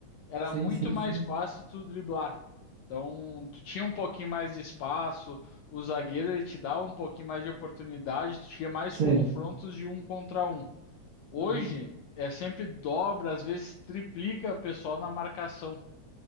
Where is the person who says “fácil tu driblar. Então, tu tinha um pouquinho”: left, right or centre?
Left